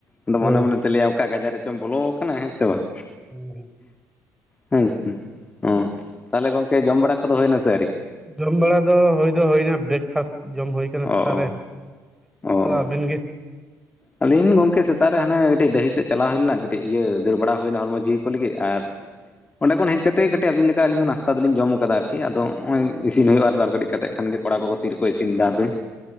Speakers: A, on the left; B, in the centre.
A: ᱟᱫᱚ
B: ᱦᱳᱭ
A: ᱢᱚᱱᱮ
B: ᱦᱳᱭ
A: ᱢᱚᱱᱮ ᱛᱮ ᱞᱟᱹᱭᱟᱢ ᱚᱠᱟ ᱜᱟᱡᱟᱲ ᱨᱮᱪᱚᱢ ᱵᱚᱞᱚ ᱠᱟᱱᱟ ᱦᱮᱸ ᱥᱮ ᱵᱟᱝ
B: ᱦᱩᱸ ᱦᱩᱸ <unintelligible>
A: ᱦᱮᱸ ᱥᱮ ᱚᱸ ᱛᱟᱦᱞᱮ ᱜᱚᱝᱠᱮ ᱡᱚᱢ ᱵᱟᱲᱟ ᱠᱚᱫᱚ ᱦᱩᱭᱱᱟ ᱥᱮ ᱟᱣᱨᱤ
B: ᱡᱚᱢ ᱵᱟᱲᱟ ᱫᱚ ᱦᱩᱭ ᱫᱚ ᱦᱩᱭᱱᱟ ᱵᱨᱮᱠᱯᱷᱟᱥᱴ ᱡᱚᱢ ᱦᱩᱭ ᱥᱮᱛᱟᱜ
A: ᱚ
B: ᱨᱮ
A: ᱚ ᱚ ᱚ
B: ᱟᱵᱤᱱ ᱜᱮ
A: ᱟᱹᱞᱤᱧ ᱜᱚᱝᱠᱮ ᱥᱮᱛᱟᱜ ᱨᱮ ᱦᱟᱱᱮ ᱠᱟᱹᱴᱤᱡ ᱰᱟᱹᱦᱤ ᱥᱮᱫ ᱪᱟᱞᱟᱣ ᱦᱩᱭ ᱞᱮᱱᱟ ᱠᱟᱹᱴᱤᱡ ᱤᱭᱟᱹ ᱫᱟᱹᱲ ᱵᱟᱲᱟ ᱦᱩᱭᱱᱟ ᱦᱚᱲᱢᱚ ᱡᱤᱣᱤ ᱠᱚ ᱞᱟᱹᱜᱤᱫ ᱟᱨ ᱚᱸᱰᱮ ᱠᱷᱚᱱ ᱦᱮᱡ ᱠᱟᱹᱛᱮ ᱠᱟᱹᱴᱤᱡ ᱟᱵᱤᱱ ᱞᱮᱠᱟ ᱟᱹᱞᱤᱧ ᱦᱚᱸ ᱱᱟᱥᱛᱟ ᱫᱚᱞᱤᱧ ᱡᱚᱢ ᱟᱠᱟᱫᱟ ᱟᱨᱠᱤ ᱟᱫᱚ ᱱᱚᱜ-ᱚᱭ ᱤᱥᱤᱱ ᱦᱩᱭᱩᱜᱼᱟ ᱟᱨ ᱠᱟᱹᱴᱤᱡ ᱠᱟᱛᱮ ᱠᱷᱟᱱ ᱜᱮ ᱠᱚᱲᱟ ᱠᱚᱠᱚ ᱛᱤᱨᱮ ᱠᱚ ᱠᱚᱭ ᱤᱥᱤᱱ ᱫᱟ ᱦᱟᱯᱮ